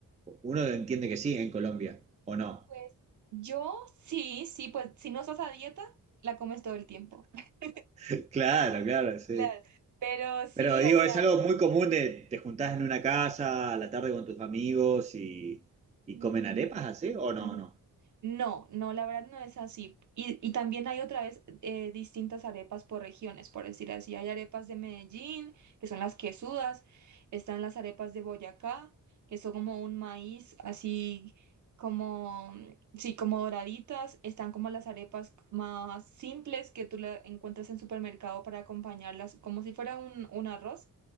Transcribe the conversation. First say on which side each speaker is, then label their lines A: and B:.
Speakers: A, on the right; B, on the right.
A: Uno entiende que sí en Colombia, ¿o no?
B: Pues yo sí, sí, pues si no estás a dieta, la comes todo el tiempo. <laughs>
A: <laughs> Claro, claro, sí.
B: Claro. Pero sí,
A: Pero digo,
B: o sea,
A: es algo muy común de te juntás en una casa a la tarde con tus amigos y, y
B: mm,
A: comen arepas así, ¿o
B: mm,
A: no? No.
B: No, no, la verdad no es así. Y, y también hay otra vez eh, distintas arepas por regiones, por decir así. Hay arepas de Medellín, que son las quesudas, están las arepas de Boyacá, que son como un maíz así como, sí, como doraditas. Están como las arepas más simples que tú la encuentras en supermercado para acompañarlas, como si fuera un, un arroz